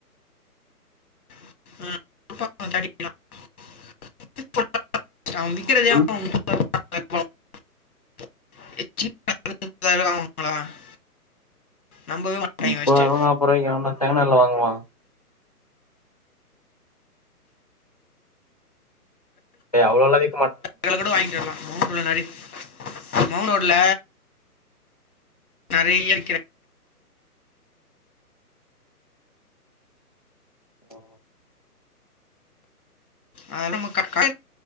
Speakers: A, on the left (about 65°); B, on the left (about 25°).
A: <unintelligible> <unintelligible> <unintelligible>
B: ஆ
A: நம்பவே மாட்டாங்க
B: முப்பதாயிரூவா
A: ஃபஸ்ட்டு
B: நாப்பதுரூபாய்க்கு எவன்டா செகண்டென்டுல வாங்குவா எ அவ்ளோலாய்
A: கூட வாய்க்கிர்லா <unintelligible> மௌன்ட்ரோட்ல நெறையா விக்கிற
B: ஆ
A: ஆ நம்ம <unintelligible>